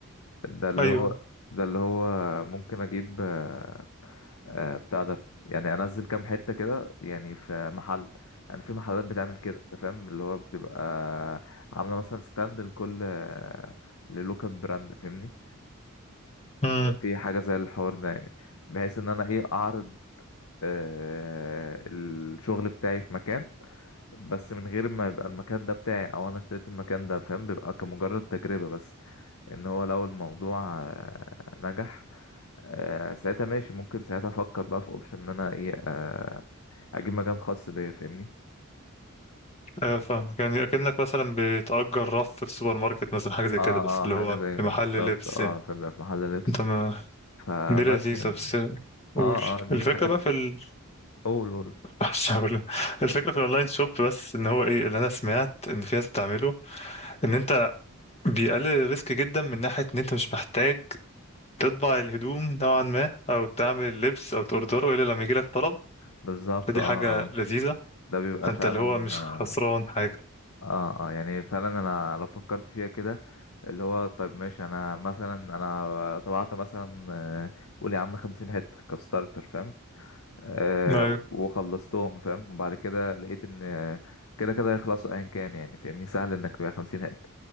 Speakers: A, on the left; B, on the left.
A: ده اللي
B: ايوه
A: هو ده اللي هو ممكن اجيب آه، آه، بتاع ده يعني انزل كام حته كده يعني في محل يعني في محلات بتعمل كده انت فاهم اللي هو بتبقى عامله مثلا ستاند لكل آه، للوكال براند فاهمني
B: امم
A: بيبقى في حاجه زي الحوار ده يعني بحيث ان انا ايه اعرض آه، الشغل بتاعي في مكان بس من غير ما يبقى المكان ده بتاعي او انا اشتريت المكان ده فاهم بيبقى كمجرد تجربه بس ان هو لو الموضوع آه، نجح آه، ساعتها ماشي ممكن ساعتها افكر بقى في اوبشن ان انا ايه آه، اجيب مكان خاص بيا فاهمني
B: آه، فاهمك يعني أكنك مثلا بتأجر رف في السوبر ماركت مثلا حاجة زي
A: اه
B: كده بس اللي
A: اه حاجه
B: هو
A: زي بالظبط
B: لمحل لبس
A: اه
B: يعني
A: فبيبقى في محل لبس
B: انت ما
A: فبس
B: دي لذيذة
A: اه
B: بس قول
A: اه دي
B: الفكرة
A: من الحاجات
B: بقى في ال...
A: اول قول
B: <laughs> مش هقول. الفكرة في الأونلاين شوب بس إن هو إيه اللي أنا سمعت إن في ناس بتعمله إن أنت بيقلل ريسك جدا من ناحية إن أنت مش محتاج تطبع الهدوم نوعا ما أو تعمل اللبس أو تأوردره إلا لما يجيلك طلب
A: بالظبط
B: فدي
A: اه
B: حاجة
A: اه
B: لذيذة
A: ده بيبقى
B: أنت
A: فعلا
B: اللي هو مش
A: اه
B: خسران حاجة
A: اه آه، يعني فعلا انا لو فكرت فيها كده اللي هو طيب ماشي انا مثلا انا طبعت مثلا آه، قول يا عم خمسين حته كستارتر فاهم آه
B: أيوه
A: وخلصتهم فاهم وبعد كده لقيت ان آه، كده كده هيخلصوا ايا كان يعني فاهمني سهل انك تبيع 50 هات